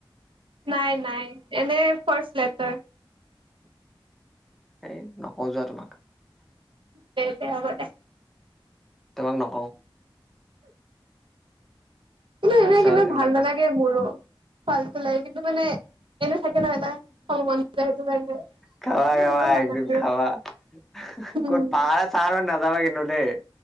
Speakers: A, on the right; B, in the centre.
A: নাই নাই এনে ফ্ৰাষ্ট লেটাৰ
B: এই নকওঁ যোৱা তোমাক
A: তেন্তে হব দে
B: তোমাক নকওঁ
A: কিন্তু
B: তাৰপিছত
A: এনেই কিন্তু
B: এইবিলাক
A: ভাল
B: বাদ
A: নালাগে
B: দিয়া
A: মোৰো ফাল্টু লাগে কিন্তু মানে এনে থাকে ন এটা খাব মন যায় সেইটো কাৰণে
B: খাবা
A: এনে
B: খাবা
A: মোৰো ভাল
B: একদিন
A: নালাগে
B: খাবা ক'ত
A: উম
B: পাহাৰে চাহাৰে নাজাবা কিন্তু দেই